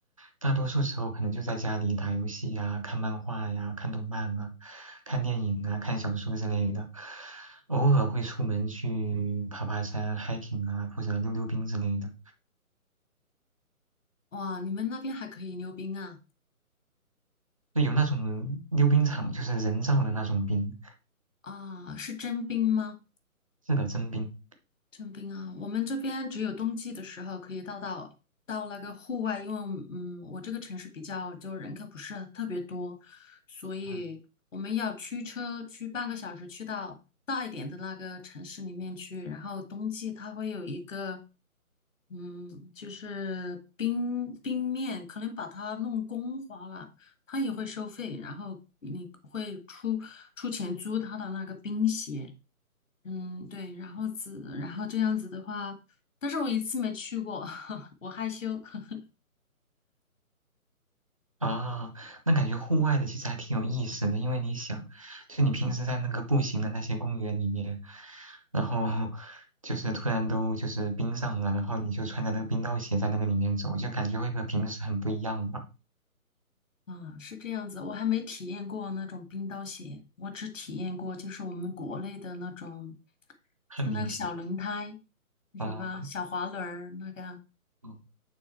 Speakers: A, on the right; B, on the left.
A: 大多数时候可能就在家里打游戏呀、看漫画呀、看动漫啊、看电影啊、看小说之类的，偶尔会出门去爬爬山、hiking 啊，或者溜溜冰之类的。
B: 哇，你们那边还可以溜冰啊？
A: 就有那种溜冰场，就是人造的那种冰，
B: 啊，是真冰吗？
A: 是的，真冰。
B: 征兵啊，我们这边只有冬季的时候可以到到到那个户外，因为嗯，我这个城市比较就人口不是特别多，所以我们要驱车去半个小时去到大一点的那个城市里面去，
A: 嗯。
B: 然后冬季它会有一个嗯，就是冰冰面，可能把它弄光滑了，它也会收费，然后你会出出钱租它的那个冰鞋。嗯，对，然后子，然后这样子的话，但是我一次没去过，<laughs> 我害羞。<laughs>
A: 啊，那感觉户外的其实还挺有意思的，因为你想，就你平时在那个步行的那些公园里面，然后就是突然都就是冰上了，然后你就穿着那个冰刀鞋在那个里面走，就感觉会和平时很不一样吧。
B: 啊，是这样子，我还没体验过那种冰刀鞋，我只体验过就是我们国内的那种，
A: 旱冰鞋，
B: 是那个小轮胎，你知道吧？
A: 哦，
B: 小滑轮儿那个。
A: 嗯